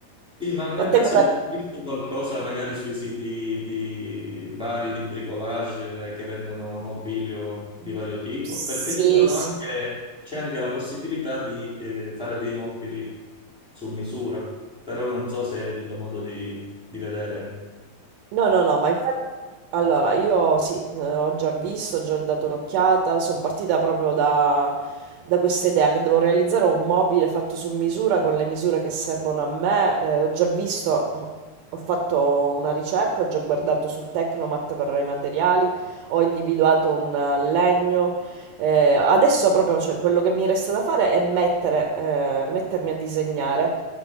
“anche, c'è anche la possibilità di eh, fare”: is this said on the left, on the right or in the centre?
Centre